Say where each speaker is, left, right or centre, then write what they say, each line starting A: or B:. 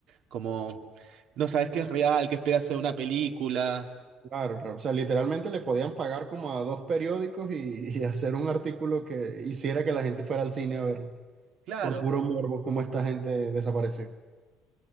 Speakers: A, on the right; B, on the right.
A: Como no sabes qué es real, qué es pedazo de una película.
B: Claro, claro. O sea, literalmente le podían pagar como a dos periódicos y, y hacer un artículo que hiciera que la gente fuera al cine a ver,
A: Claro.
B: por puro morbo, cómo esta gente desapareció.